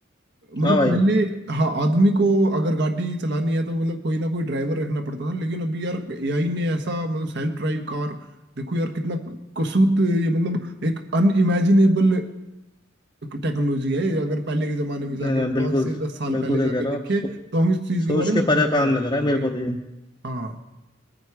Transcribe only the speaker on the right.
मतलब
पहले हाँ आदमी को अगर गाड़ी चलानी है तो मतलब कोई ना कोई ड्राइवर रखना पड़ता था लेकिन अभी यार एआई ने ऐसा मतलब सेल्फ ड्राइव कार देखो यार कितना कसूत ये मतलब एक अनइमेजिनेबल टेक्नोलॉजी है अगर पहले के जमाने में जाके
पांच
से दस साल
पहले
जाके
देखे
तो हम इस चीज
के बारे में
सोच
भी
नहीं
सकते
थे
भाई
हाँ